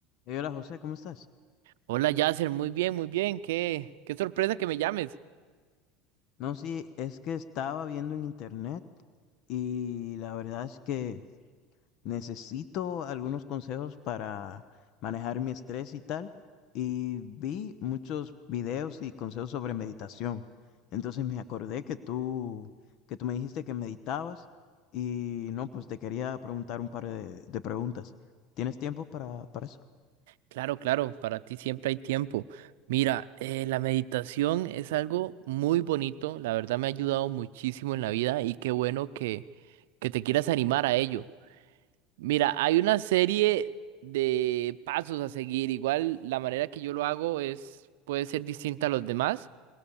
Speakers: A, on the left; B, on the right.
A: Eh, Hola José, ¿cómo estás?
B: Hola Yasser, muy bien, muy bien. Qué, qué sorpresa que me llames.
A: No, sí, es que estaba viendo en internet y la verdad es que Necesito algunos consejos para manejar mi estrés y tal. Y vi muchos videos y consejos sobre meditación. Entonces me acordé que tú, que tú me dijiste que meditabas y no, pues te quería preguntar un par de, de preguntas. ¿Tienes tiempo para, para eso?
B: Claro, claro, para ti siempre hay tiempo. Mira, eh, la meditación es algo muy bonito. La verdad me ha ayudado muchísimo en la vida y qué bueno que, que te quieras animar a ello. Mira, hay una serie de pasos a seguir. Igual la manera que yo lo hago es puede ser distinta a los demás.